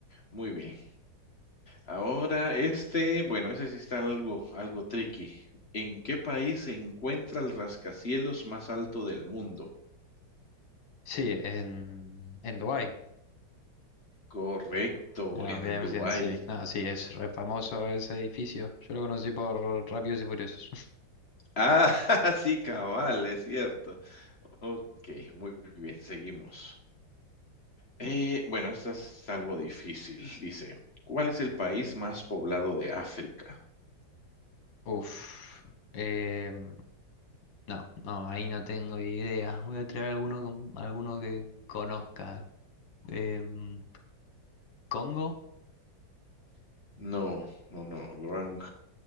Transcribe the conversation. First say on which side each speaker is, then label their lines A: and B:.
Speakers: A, on the left; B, on the left.
A: muy bien. Ahora este, bueno, ese sí está algo, algo tricky. ¿En qué país se encuentra el rascacielos más alto del mundo?
B: Sí, en, en Dubái.
A: Correcto,
B: Ah,
A: en
B: bien,
A: Dubái.
B: bien, sí. No, sí, es re famoso ese edificio. Yo lo conocí por Rápidos y Furiosos.
A: Ah, <laughs> sí, cabal, es cierto. Ok, muy bien, seguimos. Eh, bueno, esta es algo difícil. Dice, ¿cuál es el país más poblado de África?
B: <laughs> Uf. em, no, no, ahí no tengo idea. Voy a tirar alguno, con- alguno que conozca. Em, ¿Congo?
A: No, no, no, wrong